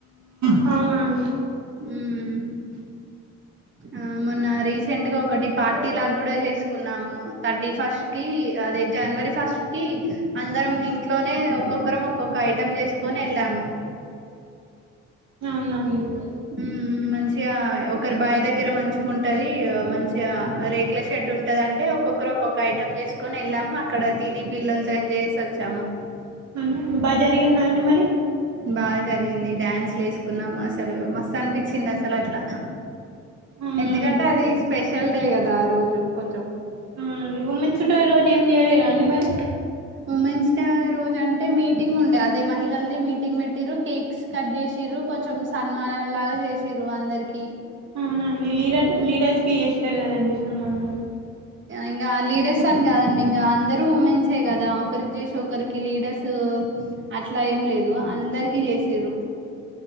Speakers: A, on the right; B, on the right.
A: అవున అండి.
B: ఉమ్ ఆ మొన్న రీసెంట్ గా ఒకటి పార్టీ లాగ గుడ చేసుకున్నాము, థర్టీ ఫస్ట్ కి అదే జనవరి ఫస్ట్ కి అందరం ఇంట్లోనే ఒక్కొ క్కరం ఒక్కొక్క ఐటం చేసుకొని ఎళ్ళాము.
A: అవునా అండి.
B: ఉమ్ మంచిగా ఒకరి బాయి దగ్గర మంచిగ ఉంటది, ఆ మంచిగా రేకుల షెడ్ ఉంటది అంటే ఒక్కొక్కరు ఒక్కొక్క ఐటెం చేసుకొని ఎళ్ళాము, అక్కడ తిని పిల్లలతో ఎంజాయ్ చేసి వచ్చాము.
A: అ బాగా జరిగిందా అండి మరి.
B: బాగా జరిగింది. డ్యాన్స్లు వేసుకున్నాము అసలు మస్తు అనిపించింది అసలు అట్ల.
A: అవునండి
B: ఎందుకంటే అది స్పెషల్ డే కదా ఆ రోజు కొంచెం.
A: అవునండి ఉమెన్స్ డే రోజు ఏం చేయలేదా అండి మరి?
B: ఉమెన్స్ డే రోజు అంటే మీటింగ్ ఉండే అదే మహిళలది మీటింగ్ పెట్టిర్రు కేక్స్ కట్ చేసిర్రు. రు కొంచం సన్మానం లాగా చేసిర్రు అందరికి.
A: అవునండి లీడర్ లీడర్స్కి చేస్తరు కదండి సన్మానం.
B: ఇంగా లీడర్స్ అని కాదండి ఇంగా అందరు వుమెన్స్ కదా, ఒకరికి చేసి ఒకరికి లీడర్స్. అట్లా ఏం లేదు, అందరికి చేసిర్రు.